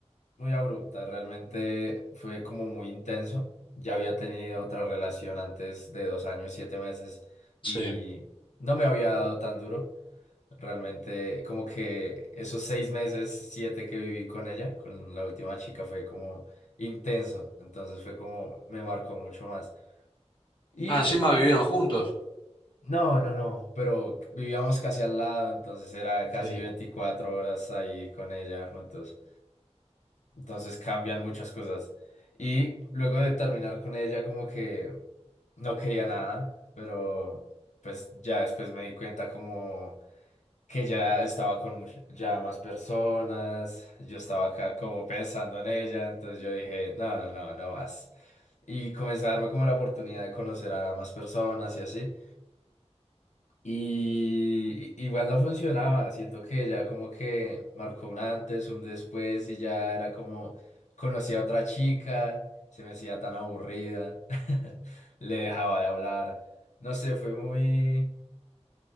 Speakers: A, on the left (about 85°); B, on the left (about 45°).
A: muy abrupta, realmente fue como muy intenso. Ya había tenido otra relación antes de dos años, siete meses
B: Sí.
A: y no me había dado tan duro. Realmente como que esos seis meses, siete que viví con ella, con la última chica, fue como intenso. Entonces fue como me marcó mucho más. Y
B: Ah, encima vivieron juntos.
A: no, no, no, pero vivíamos casi al lado, entonces era casi
B: Sí.
A: 24 horas ahí con ella juntos. Entonces cambian muchas cosas. Y luego de terminar con ella, como que no quería nada, pero pues ya después me di cuenta como que ya estaba con much- ya más personas, yo estaba acá como pensando en ella, entonces yo dije, no, no, no, no más. Y comencé a darme como la oportunidad de conocer a más personas y así. Y y- igual no funcionaba, siento que ya como que marcó un antes, un después y ya era como conocí a otra chica, se me hacía tan aburrida, <laughs> le dejaba de hablar, no sé, fue muy,